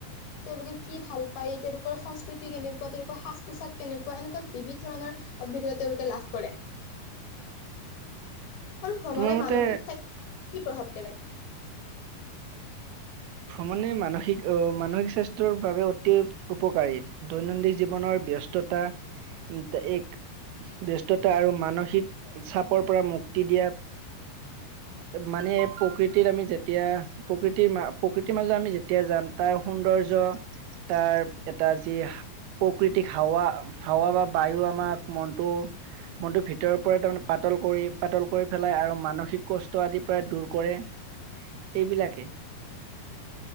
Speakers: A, on the left; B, on the right.
A: তেওঁলোকে কি ভাল পায়, তেওঁলোকৰ সংস্কৃতি কেনেকুৱা, তেওঁলোকৰ সাজ পোছাক কেনেকুৱা, এনেকুৱা বিবিধ ধৰণৰ অভিজ্ঞতা তেওঁলোকে লাভ কৰে।
B: <inaudible>
A: আৰু ভ্ৰমণে
B: তোমাৰ মতে
A: মানসিক স্বাস্হ্যত কি প্ৰভাৱ পেলায়?
B: ভ্ৰমণে মানসিক মানসিক স্বাস্থ্যৰ বাবে অতি উপকাৰী। দৈনন্দিন জীৱনৰ ব্যস্ততা, এক ব্যস্ততা আৰু মানসিক চাপৰ পৰা মুক্তি দিয়া মানে প্ৰকৃতিৰ আমি যেতিয়া প্ৰকৃতিৰ মা প্ৰকৃতিৰ মাজত আমি যেতিয়া যাম তাৰ সৌন্দৰ্য তাৰ এটা যি সা প্ৰকৃতিক হাৱা হাৱা বা বায়ু আমাক মনটো মনটো ভিতৰৰ পৰা তাৰমানে পাতল কৰি পাতল কৰি পেলাই আৰু মানসিক কষ্ট আদি প্ৰায় দূৰ কৰে। এইবিলাকে।